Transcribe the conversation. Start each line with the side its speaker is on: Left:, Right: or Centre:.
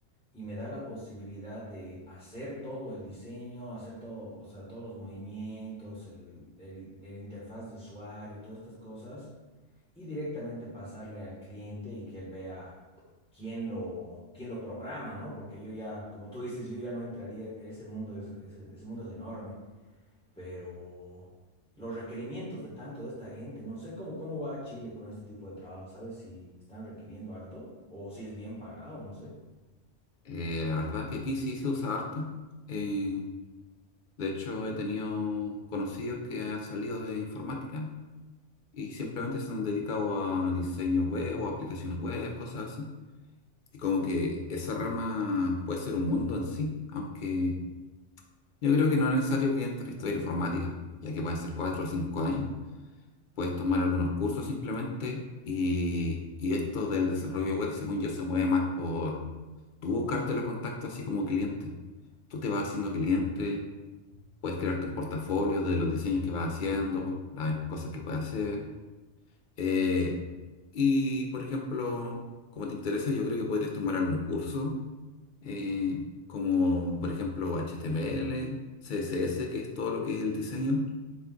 Centre: y me da la posibilidad de hacer todo el diseño, hacer todo, o sea, todos los movimientos, el, el, el interfaz de usuario, todas estas cosas y directamente pasarle al cliente y que él vea quién lo, quién lo programa, ¿no? Porque yo ya, como tú dices, yo ya no entraría, ese mundo es, ese, ese mundo es enorme, pero los requerimientos de tanto de esta gente, no sé cómo, cómo va Chile con este tipo de trabajo, ¿sabes si están requiriendo harto o si es bien pagado, no sé.
Left: Eh, la verdad que aquí sí se usa harto. Eh, de hecho, he tenido conocidos que han salido de informática y simplemente se han dedicado a diseño web o aplicaciones web, cosas así. Y como que esa rama puede ser un mundo en sí, aunque Yo creo que no es necesario que entres a estudiar informática, ya que pueden ser cuatro o cinco años. Puedes tomar algunos cursos simplemente y, y esto del desarrollo web, según yo, se mueve más por tú buscarte los contactos así como cliente. Tú te vas haciendo cliente, puedes crearte un portafolio de los diseños que vas haciendo, las em, cosas que puedes hacer. Eh, y, por ejemplo, como te interesa, yo creo que podrías tomar algún curso eh, como por ejemplo HTML, CSS, que es todo lo que es el diseño,